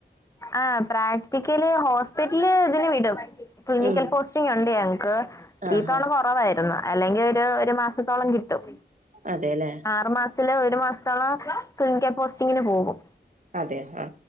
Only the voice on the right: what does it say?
ഉം
ആഹാ
അതെല്ലേ
അതെ ആ